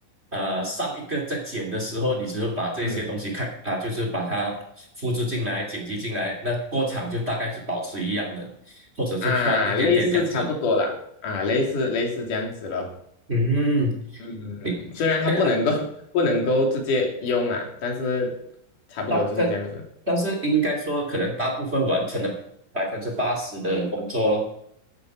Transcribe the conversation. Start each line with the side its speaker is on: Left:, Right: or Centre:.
Right: 呃，上一个在剪的时候，你只是把这些东西看啊，
Left: 嗯
Right: 就是把它复制进来、剪辑进来，那过场就大概是保持一样的，或者是换一点点这样子。
Left: 啊，类似差不多啦，啊，类似类似这样子咯，
Right: 嗯，
Left: 嗯，
Right: 你
Left: 虽然它不能够
Right: 对啊，
Left: <laughs> 不能够直接用啊，但是差不多就是这样子。
Right: 大但但是应该说，可能大部分完成了百分之八十的工作咯。